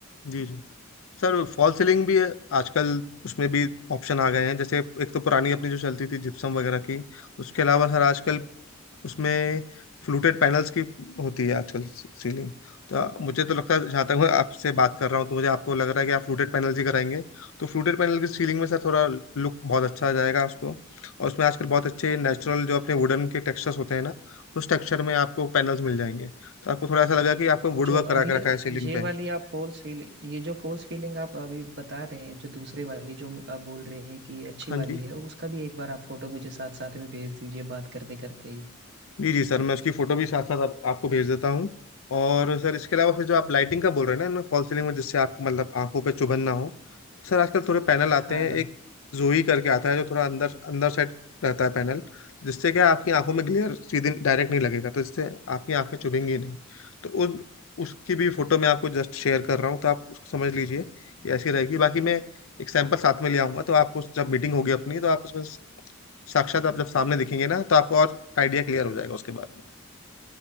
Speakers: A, on the left; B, on the right.
A: जी जी सर फॉल सीलिंग भी आजकल उसमें भी ऑप्शन आ गए हैं जैसे एक तो पुरानी अपनी जो चलती थी जिप्सम वगैरह की उसके अलावा सर आजकल उसमें फ्लूटेड पैनल्स की होती है आजकल सीलिंग तो मुझे तो लगता है जहाँ तक मैं आपसे बात कर रहा हूँ तो मुझे आपको लग रहा है कि आप फ्लूटेड पैनल ही कराएंगे तो फ्लूटेड पैनल की सीलिंग में सर थोड़ा लुक बहुत अच्छा आ जाएगा उसको और उसमें आजकल बहुत अच्छे नेचुरल जो अपने वुडन के टेक्सचर्स होते हैं ना उस टेक्सचर में आपको पैनल्स मिल जाएंगे तो आपको थोड़ा ऐसा लगा कि आपको वुड
B: जो
A: वर्क करा
B: अभी
A: के रखा है सीलिंग
B: ये
A: पे
B: वाली आप फॉल्स फीलिंग ये जो फॉल्स फीलिंग आप अभी बता रहे हैं जो दूसरे वाली जो आप बोल रहे हैं कि अच्छी
A: हाँ
B: वाली
A: जी
B: है उसका भी एक बार आप फोटो मुझे साथ साथ में भेज दीजिए बात करते करते ही
A: जी जी सर मैं उसकी फोटो भी साथ साथ आप, आपको भेज देता हूँ और सर इसके अलावा फिर जो आप लाइटिंग का बोल रहे हैं ना इनमें फॉल सीलिंग में जिससे आपको मतलब आंखों पे चुभन ना हो तो सर आजकल थोड़े पैनल आते
B: हाँ
A: हैं
B: हाँ
A: एक जोई करके आता है जो थोड़ा अंदर अंदर साइड रहता है पैनल जिससे क्या है, आपकी आंखों में ग्लेयर सीधे डायरेक्ट नहीं लगेगा तो जिससे आपकी आंखें चुभेंगी नहीं तो उस उसकी भी फोटो मैं आपको जस्ट शेयर कर रहा हूँ तो आप उसको समझ लीजिए कि ऐसी रहेगी बाकी मैं एक सैंपल साथ में ले आऊंगा तो आप उस जब मीटिंग होगी अपनी तो आप उसमें साक्षात आप जब सामने दिखेंगे ना तो आपको और आइडिया क्लियर हो जाएगा उसके बारे में